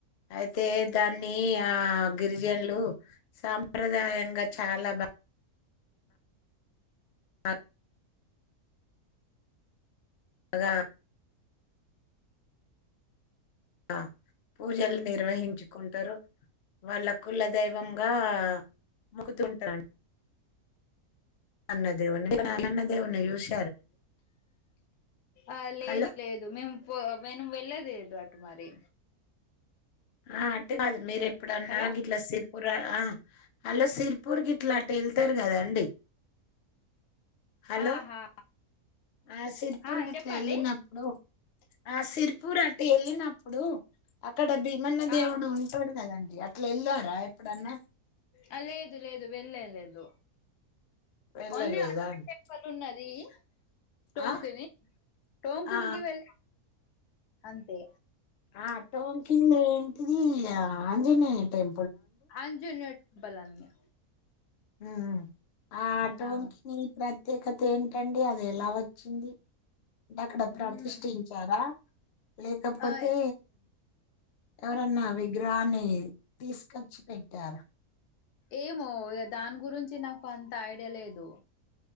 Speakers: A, on the left; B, on the left.
A: అయితే, దాన్ని ఆ గిరిజనులు సాంప్రదాయంగా చాలా బా బాగా అగా ఆ పూజలు నిర్వహించుకుంటారు. వాళ్ళ కులదైవంగా ముకుతుంటారు. అన్న దేవున్ని <unintelligible> లన్న దేవున్ ని చూస్
B: ఆ లేదు
A: హలో
B: లేదు మేము పో వెను వెళ్ళలేదు అటు మరి
A: ఆ అట్టగాదు. మీరెప్పుడన్నా
B: హలో
A: గిట్లా సిర్పుర, ఆ అలో సిర్పూర్ గిట్ల అటెళ్తారు కదండి! హలో
B: ఆహా
A: ఆ సిర్పూర్
B: ఆ,
A: గిట్ల
B: చెప్పండి
A: ఎళ్ళినప్పుడు, ఆ సిర్పూర్ అట్ వెళ్ళినప్పుడు అక్కడ బి మన్న దేవుడు
B: ఆ,
A: ఉంటాడు కదండి అట్లా వెళ్లారా ఎప్పుడన్న
B: ఆ లేదు లేదు వెళ్ళం లేదు
A: వెళ్ళలేదా
B: ఓన్లీ హనుమాన్
A: అండి
B: టెంపుల్ ఉన్నది టోంకని
A: ఆ
B: టోంకనికివళ
A: ఆ
B: అంతే
A: ఆ టోంకిల్ ఏంటిది ఆ ఆంజనేయ టెం
B: అంజన్నడు బలాన్ని
A: ఊ ఆటో
B: ఆ
A: వానికి మిమిత్ర ప్రత్యేకత ఏంటండి అది ఎలా వచ్చింది అక్కడ
B: మ్మ్
A: ప్రతిష్ఠించారా లేకపోతే
B: ఆ
A: ఎవరన్నా వి రాని తీసు ఖచ్చు పెట్టారు
B: ఏమో ఇగ దాని గురించి నాకు అంత ఐడియా లేదు